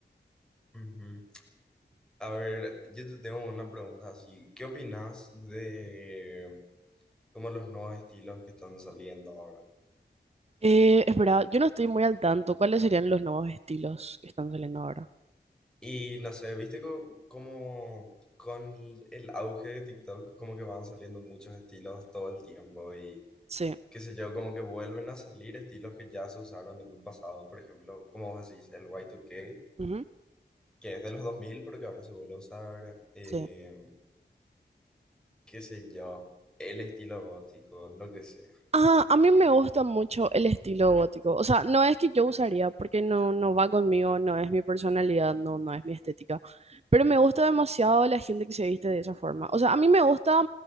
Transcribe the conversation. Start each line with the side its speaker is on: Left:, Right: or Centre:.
Centre: Ujú. A ver, yo te tengo una pregunta así. ¿Qué opinas de como los nuevos estilos que están saliendo ahora?
Right: Eh, es verdad, yo no estoy muy al tanto. ¿Cuáles serían los nuevos estilos que están saliendo ahora?
Centre: Y no sé, ¿viste co- como con el auge de TikTok, como que van saliendo muchos estilos todo el tiempo y
Right: Sí.
Centre: qué sé yo, como que vuelven a salir estilos que ya se usaron en un pasado, por ejemplo, como vos decís, el Y2K,
Right: ujú,
Centre: que es de los 2000, pero que ahora se vuelve a usar, eh,
Right: Sí.
Centre: qué sé yo, el estilo gótico, lo que sea.
Right: Ah, a mí me gusta mucho el estilo gótico. O sea, no es que yo usaría, porque no, no va conmigo, no es mi personalidad, no, no es mi estética. Pero me gusta demasiado la gente que se viste de esa forma. O sea, a mí me gusta,